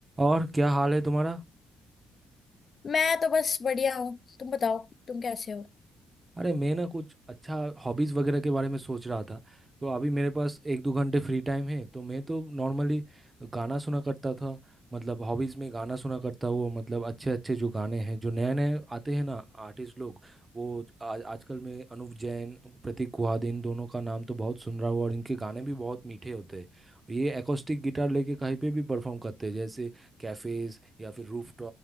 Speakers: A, on the right; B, on the left.
A: और क्या हाल है तुम्हारा
B: मैं तो बस बढ़िया हूँ तुम बताओ तुम कैसे हो
A: अरे मैं ना कुछ अच्छा हॉबीज वगैरह के बारे में सोच रहा था तो अभी मेरे पास एक दो घंटे फ्री टाइम है तो मैं तो नॉर्मली गाना सुना करता था मतलब हॉबीज में गाना सुना करता हूँ मतलब अच्छे अच्छे जो गाने हैं जो नए नए आते हैं ना आर्टिस्ट लोग वो आज आजकल मैं अनुव जैन प्रतीक कुहाद इन दोनों का नाम तो बहुत सुन रहा हूँ और इनके गाने भी बहुत मीठे होते हैं ये एकोस्टिक गिटार लेके कहीं पे भी परफॉर्म करते हैं जैसे कैफेज या फिर रूफ